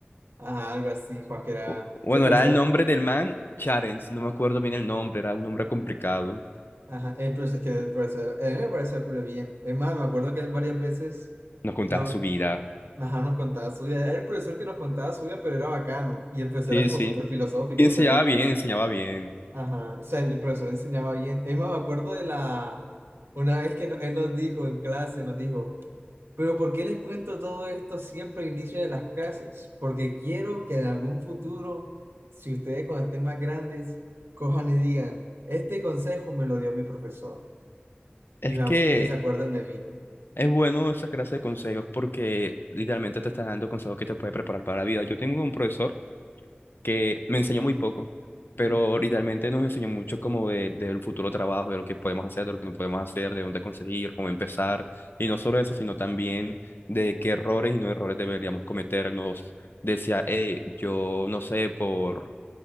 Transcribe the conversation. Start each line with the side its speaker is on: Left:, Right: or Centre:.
Right: Ajá, algo así, Juan, que era...
Left: Bu- Bueno,
Right: Ese profesor,
Left: era el
Right: era-
Left: nombre del man Charens. No me acuerdo bien el nombre, era un nombre complicado.
Right: ajá, el profesor, es que el profesor, a mí me parecía culo bien. Es más, me acuerdo que él varias veces...
Left: Nos contaba
Right: No,
Left: su vida.
Right: Ajá, nos contaba su vida. Era el profesor que nos contaba su vida, pero era bacano. Y el profesor
Left: Sí,
Right: era como
Left: sí.
Right: súper filosófico,
Left: Y enseñaba
Right: ¿te acuerdas?
Left: bien, enseñaba bien.
Right: Ajá, o sea, el profesor enseñaba bien. Es más, me acuerdo de la... Una vez que no- él nos dijo en clase, nos dijo, pero ¿por qué les cuento todo esto siempre al inicio de las clases? Porque quiero que en algún futuro, si ustedes cuando estén más grandes, cojan y digan, este consejo me lo dio mi profesor.
Left: Es
Right: Y, me ac-
Left: que
Right: y que se acuerden de mí.
Left: Es bueno esa clase de consejos porque literalmente te estás dando consejos que te puede preparar para la vida. Yo tengo un profesor que me enseñó muy poco, pero
Right: Ujú.
Left: literalmente nos enseñó mucho como de, del futuro trabajo, de lo que podemos hacer, de lo que no podemos hacer, de dónde conseguir, cómo empezar. Y no solo eso, sino también de qué errores y no errores deberíamos cometer. Nos decía, eh, yo no sé, por,